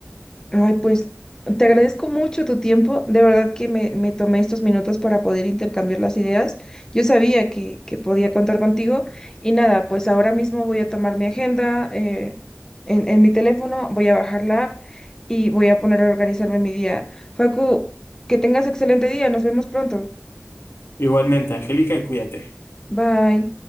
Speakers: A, on the left (about 15°); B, on the left (about 85°).
A: Ay, pues te agradezco mucho tu tiempo. De verdad que me, me tomé estos minutos para poder intercambiar las ideas. Yo sabía que, que podía contar contigo. Y nada, pues ahora mismo voy a tomar mi agenda eh, en, en mi teléfono, voy a bajar la app y voy a poner a organizarme mi día. Facu, que tengas excelente día. Nos vemos pronto.
B: Igualmente, Angélica, y cuídate.
A: Bye.